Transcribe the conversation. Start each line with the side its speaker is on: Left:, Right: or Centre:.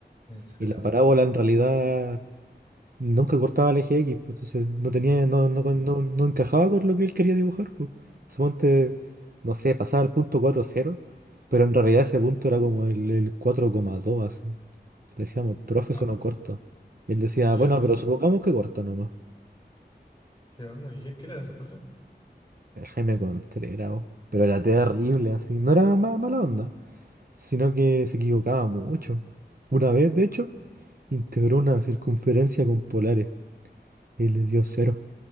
Left: ¿En serio?
Right: Y la parábola en realidad nunca cortaba el eje X, pues, entonces no tenía,
Left: Mm,
Right: no, no, no, no encajaba con lo que él quería dibujar, pues. Suponte, no sé, pasaba al punto cuatro coma cero pero en realidad ese punto era como el, el cuatro coma dos así. Le decíamos,
Left: wow.
Right: profe, eso no corta. Y él decía,
Left: ¿Qué
Right: bueno,
Left: onda?
Right: pero supongamos que corta nomás.
Left: ¿Qué onda? ¿Y qué- quién era ese profe?
Right: El Jaime Contreras, oh. pero era terrible así. No era ma- mala onda, sino que se equivocaba mucho. Una vez, de hecho. Integró una circunferencia con polares y le dio cero